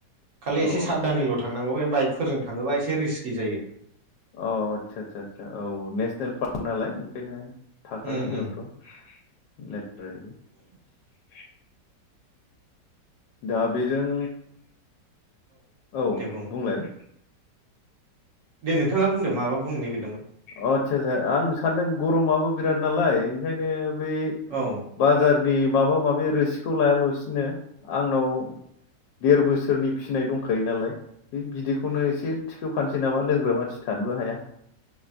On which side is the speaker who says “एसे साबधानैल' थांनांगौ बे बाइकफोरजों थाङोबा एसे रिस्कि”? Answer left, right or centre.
Right